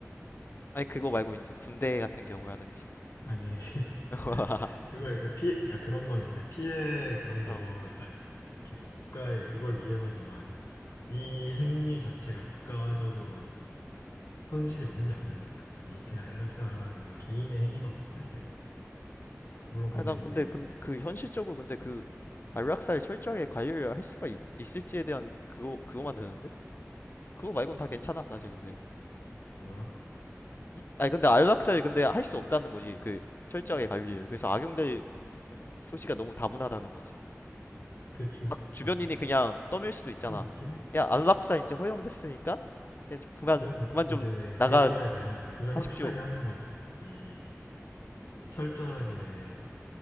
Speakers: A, on the left; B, on the left.
A: 아니 그거 말고 이제 군대 같은 경우라든지
B: 아니 <laughs>
A: <laughs>
B: 그걸 그 피해 그러니까 그런 거는 이제 피해 그런 거가
A: 어
B: 이렇게 국가의 그걸 위해서지만 이 행위 자체가 국가적으로 손실이 오는 게 아니니까 이 그냥 안락사라는 게 개인의 행위만 봤을 때 물론 그게
A: 아니, 난 근데
B: 이제
A: 근데 그 현실적으로 근데 그 안락사를 철저하게 관리를 할 수가 있, 있을지에 대한 그거 그거만 되는데 그거 말고는 다 괜찮아 사실 근데
B: 뭐야
A: 아니 근데 안락사를 근데 할 수 없다는 거지 그 철저하게 관리를 그래서 악용될 소지가 너무 다분하다는 거지
B: 그치
A: 막 주변인이
B: 사실
A: 그냥 떠밀 수도 있잖아
B: 그건 맞긴 해
A: 야 안락사 이제 허용됐으니까 이제 그만
B: 그래서
A: 그만
B: 이제
A: 좀 나가
B: 그거에 대한 그걸
A: 하십시오.
B: 확실하게 하는 거지 이 철저하게